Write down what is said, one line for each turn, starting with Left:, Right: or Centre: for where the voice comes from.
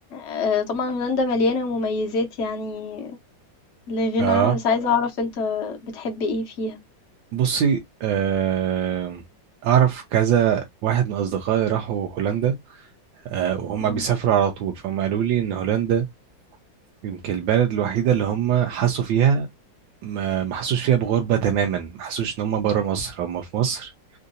Left: آآ طبعًا هولندا مليانة مميزات يعني لا غِنى
Right: اه
Left: عنها، بس عايزة أعرف أنت بتحب إيه فيها؟
Right: بصي آه اعرف كذا واحد من اصدقائي راحوا هولندا آه وهم
Left: إمم،
Right: بيسافروا على طول فهم قالوا لي ان هولندا يمكن البلد الوحيده اللي هم حسوا فيها ما ما حسوش فيها بغربه تماما ما حسوش ان هم بره مصر هم في مصر